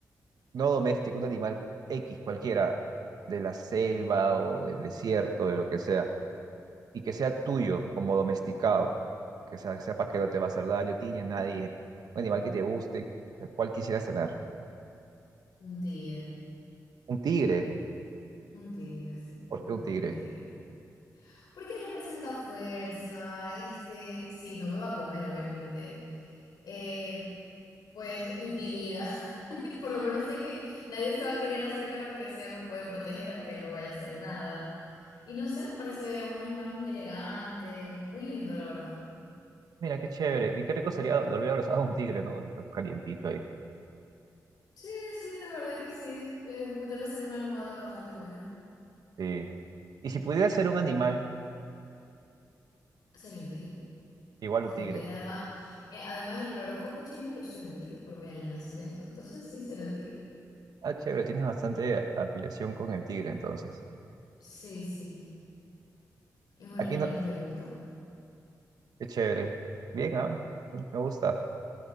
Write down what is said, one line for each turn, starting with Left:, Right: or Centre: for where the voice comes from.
Right: no doméstico, un animal X, cualquiera, de la selva o del desierto, de lo que sea, y que sea tuyo como domesticado, que sea- sepas que no te va a hacer daño a ti ni a nadie, un animal que te guste, ¿cuál quisieras tener?
Left: Un tigre,
Right: Un tigre,
Left: un tigre, sí,
Right: ¿por
Left: me gustan
Right: qué un tigre?
Left: los tigres. Porque representa fuerza, este, sí, no me va a comer, obviamente. Eh, pues intimida. <laughs> Por lo menos sé que nadie se va a querer acercar, aunque sea me puede proteger, aunque él no vaya a hacer nada. Y no sé, me parece un animal muy elegante, muy lindo, la verdad.
Right: Mira, qué chévere, y qué rico sería dormir abrazado a un tigre, ¿no? Está Calientito ahí.
Left: Sí, sí, de verdad que sí. Eh, ju- debe ser una almohada bastante buena.
Right: Sí. Y si pudieras ser un animal,
Left: Sería un tigre,
Right: igual
Left: sería
Right: un tigre.
Left: un tigre. Además, eh, además en el horóscopo chino yo soy un tigre por mi año de nacimiento. Entonces sí, sería un tigre.
Right: Ah, chévere, tienes bastante afiliación con el tigre, entonces.
Left: Sí, sí, es un
Right: Aquí,
Left: animal
Right: no-
Left: que me gusta.
Right: Qué chévere. Bien, ah, Me gusta.